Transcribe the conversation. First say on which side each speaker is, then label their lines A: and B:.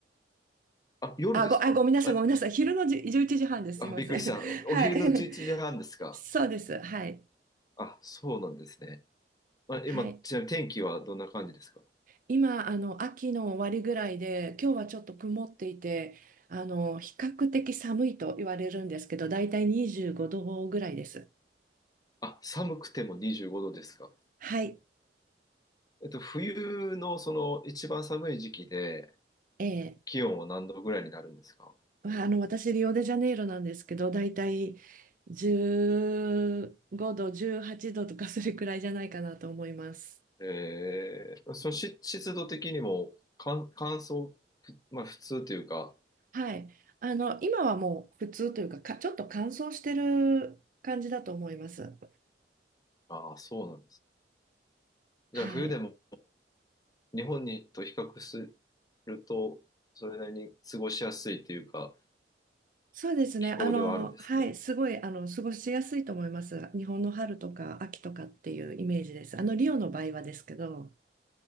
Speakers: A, on the left; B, on the right.
A: あ、夜ですかあ、
B: あ、ご、あ、ごめんなさい、ごめんなさい。昼のじじゅ11時半です。
A: あ、
B: すいません。
A: びっくりした。
B: <laughs> はい。
A: おお昼の11時半ですか
B: <laughs> そうです。はい。
A: あ、そうなんですね。あ、
B: はい。
A: 今、ちなみに天気はどんな感じですか
B: 今、あの、秋の終わりぐらいで、今日はちょっと曇っていて、あの、比較的寒いと言われるんですけど、だいたい25度ぐらいです。
A: あ、寒くても25度ですか
B: はい。
A: えっと、冬のその一番寒い時期で、
B: ええ
A: 気温は何度ぐらいになるんですか
B: まあの、私、リオデジャネイロなんですけど、だいたい15度、18度とかそれくらいじゃないかなと思います。
A: えー、そのし湿度的にも乾、乾燥、ふまあ普通というか、
B: はい。あの、今はもう普通というか、か、ちょっと乾燥してる感じだと思います。
A: ああ、そうなんです。じゃあ冬でも
B: はい。
A: 日本にと比較すると、それなりに過ごしやすいというか、
B: そうですね。
A: 気候ではあるんですね。
B: あの、はい。すごい、あの、過ごしやすいと思います。日本の春とか秋とかっていうイメージです。あの、リオの場合はですけど、